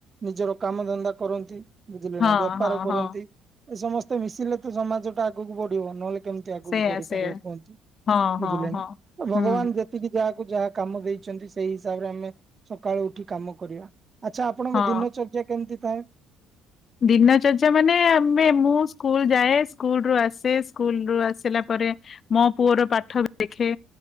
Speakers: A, on the right (about 35°); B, on the left (about 45°).
A: ନିଜର କାମ ଧନ୍ଦା କରନ୍ତି ବୁଝିଲେ
B: ହଁ
A: ନା ବେପାର
B: ହଁ
A: କରନ୍ତି
B: ହଁ
A: ଏ ସମସ୍ତେ ମିଶିଲେ ତ ସମାଜ ଟା ଆଗକୁ ବଢିବ ନହେଲେ ତ ଆଗକୁ
B: ସେୟା
A: ବଢିପାରିବ
B: ସେୟା
A: କୁହନ୍ତୁ
B: ହଁ ହଁ
A: ବୁଝିଲେ
B: ହଁ
A: ନା ତ ଭଗବାନ
B: ହୁଁ
A: ଯେତେ ଏତିକି ଯାହାକୁ ଯାହା କାମ ଦେଇଛନ୍ତି ସେଇ ହିସାବରେ ଆମେ ସକାଳୁ ଉଠି କାମ କରିବା। ଆଚ୍ଛା ଆପଣଙ୍କ
B: ହଁ
A: ଦିନଚର୍ଯ୍ୟା କେମିତି ଥାଏ?
B: ଦିନ ଚର୍ଯା ମାନେ ଆମେ ମୁଁ ସ୍କୁଲ ଯାଏ ସ୍କୁଲ ରୁ ଆସେ ସ୍କୁଲ ରୁ ଆସିଲା ପରେ ମୋ ପୁଅର ପାଠ ଦେଖେ!